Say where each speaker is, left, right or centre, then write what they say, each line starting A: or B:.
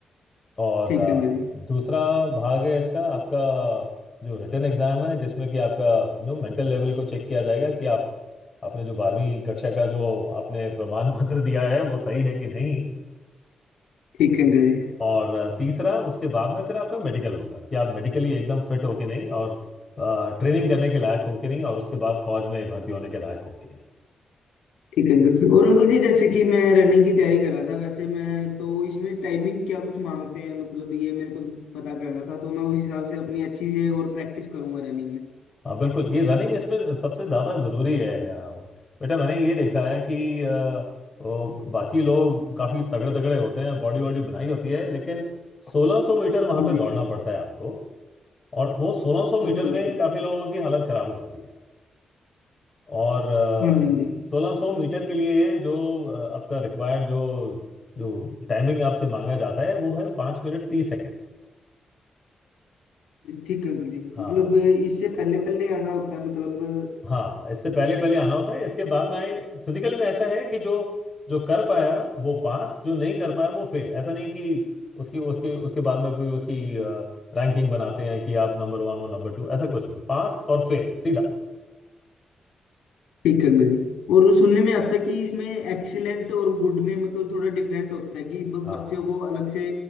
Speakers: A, on the left; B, on the left.
A: और
B: ठीक
A: अ,
B: अंकल जी
A: दूसरा भाग है इसका आपका जो रिटन एग्जाम है जिसमें कि आपका नो मेंटल लेवल को चेक किया जाएगा कि आप आपने जो बारहवीं कक्षा का जो आपने प्रमाण पत्र दिया है वो सही है कि नहीं
B: ठीक अंकल जी
A: और अ, तीसरा उसके बाद में फिर आपका मेडिकल होगा कि आप मेडिकली एकदम फिट हो कि नहीं और ट्रेनिंग करने के लायक हो कि नहीं और उसके बाद फौज में भर्ती होने के लायक हो कि नहीं
B: ठीक अंकल जी और अंकल जी जैसे कि मैं रनिंग की तैयारी कर रहा था वैसे मैं तो इसमें टाइमिंग क्या कुछ मांगते हैं मतलब ये मेरे को पता करना था तो मैं उस हिसाब से अपनी अच्छी से और प्रैक्टिस करूंगा रनिंग में
A: अ, बिल्कुल ये रनिंग इसमें सबसे ज्यादा जरूरी है अ, बेटा मैंने ये देखा है कि अ, वो बाकी लोग काफी तगड़े तगड़े होते हैं बॉडी वॉडी बनाई होती है लेकिन 1600 मीटर वहां
B: हाँ
A: पे
B: जी
A: दौड़ना पड़ता है आपको और वो 1600 मीटर
B: Okay okay
A: में काफी लोगों की हालत खराब हो जाती है और
B: हाँ जी हाँ जी
A: सोलह सौ मीटर के लिए जो अ, आपका रिक्वायर्ड जो जो टाइमिंग आपसे मांगा जाता है वो है पाँच मिनट तीस सेकंड
B: ठीक है अंकल जी
A: हाँ
B: मतलब
A: सो-
B: इससे पहले पहले आना होता है मतलब
A: हाँ इससे पहले पहले आना होता है इसके बाद में आए फिजिकल में ऐसा है कि जो जो कर पाया वो पास जो नहीं कर पाया वो फेल ऐसा नहीं कि उसकी उसके उसके बाद में कोई उसकी रैंकिंग बनाते हैं कि आप नंबर वन हो नंबर टू ऐसा कुछ नहीं पास और फेल सीधा
B: ठीक है अंकल जी और सुनने में आता है कि इसमें एक्सीलेंट और गुड में मतलब थोड़ा डिफरेंट होता है कि ब-
A: हाँ
B: बच्चों को अलग से